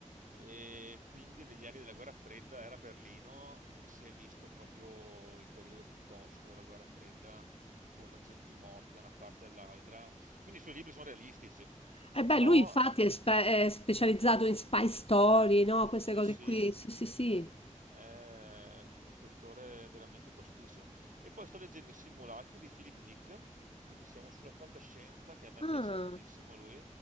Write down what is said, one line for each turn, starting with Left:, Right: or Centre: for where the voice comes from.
Right: E quindi negli anni della guerra fredda era a Berlino e si è visto proprio il periodo più tosto della guerra fredda con agenti morti da una parte e dall'altra. Quindi i suoi libri sono realistici,
Left: Eh
Right: però
Left: beh, lui infatti
Right: ah,
Left: è, spe- è specializzato in spy story, no? Queste
Right: sì,
Left: cose
Right: sì.
Left: qui. Sì, sì, sì.
Right: È uno scrittore veramente tostissimo. E poi sto leggendo I Simulacri di Philip Dick, quindi siamo sulla fantascienza, che a me
Left: Ah.
Right: piace tantissimo lui.